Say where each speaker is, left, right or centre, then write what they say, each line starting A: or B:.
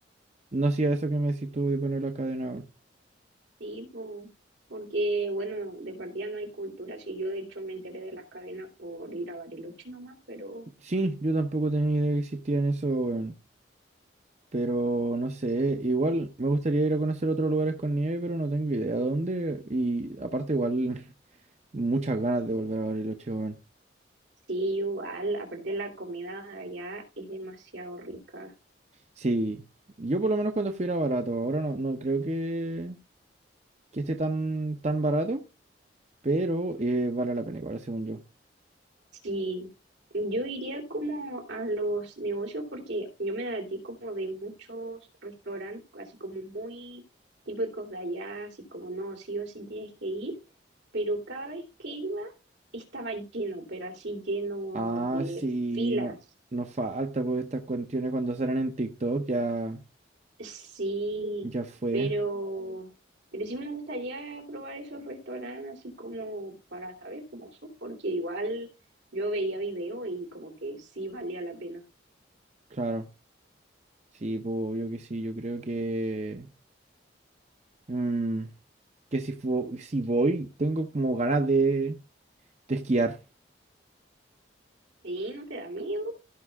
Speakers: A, on the right (about 35°); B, on the right (about 80°).
A: no hacía eso que me decís tú de poner la cadena. weón.
B: Sí, po, porque bueno, de partida no hay cultura, sí, yo de hecho me enteré de las cadenas por ir a Bariloche nomás, pero
A: Sí, yo tampoco tenía idea que existían eso. Pero no sé, igual me gustaría ir a conocer otros lugares con nieve, pero no tengo idea dónde. Y aparte igual <laughs> muchas ganas de volver a Bariloche, weón.
B: sí, igual, aparte la comida allá es demasiado rica.
A: Sí, yo por lo menos cuando fui era barato, ahora no, no creo que, que esté tan, tan barato, pero eh, vale la pena igual, según yo.
B: Sí, yo iría como a los negocios porque yo me ti como de muchos restaurantes, así como muy típicos de allá, así como no, sí o sí tienes que ir, pero cada vez que iba estaba lleno, pero así lleno
A: Ah,
B: de
A: sí,
B: filas.
A: no, no falta, porque estas cuestiones cuando salen en TikTok ya,
B: Sí,
A: ya fue,
B: pero, pero sí me gustaría probar esos restaurantes así como para saber cómo son, porque igual yo veía video y como que sí valía la pena.
A: claro. Sí, pues obvio que sí, yo creo que... mm, que si, fu- si voy, tengo como ganas de, de esquiar.
B: Sí, no te da miedo.